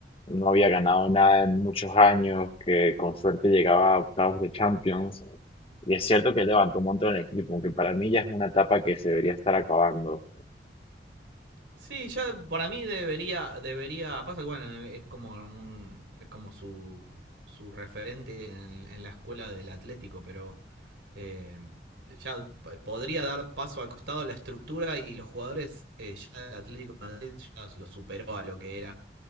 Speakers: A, on the left; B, on the right.
A: no había ganado nada en muchos años, que con suerte llegaba a octavos de Champions. Y es cierto que él levantó un montón el equipo, aunque para mí ya es una etapa que se debería estar acabando.
B: Sí, ya para mí debería, debería, pasa que bueno, es como un, es como su, su referente en, en la escuela del Atlético, pero eh, ya p- podría dar paso al costado la estructura y los jugadores, eh, ya el Atlético de Madrid ya lo superó a lo que era.